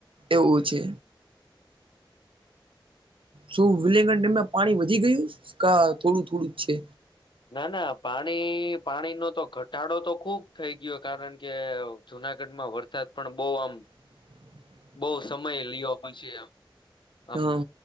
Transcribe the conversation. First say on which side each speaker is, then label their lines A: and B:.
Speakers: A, on the right; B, on the left.
A: એવું છે શું? વિલેંગન ડેમમાં પાણી વધી ગયું ક થોડું થોડું જ છે.
B: ના ના પાણી પાણીનો તો ઘટાડો તો ખુબ થઈ ગયો કારણ કે જુનાગઢમાં વરસાદ પણ બહુ આમ
A: હ <unintelligible>
B: બહ સમય લીયો પછી આમ આમ.
A: હા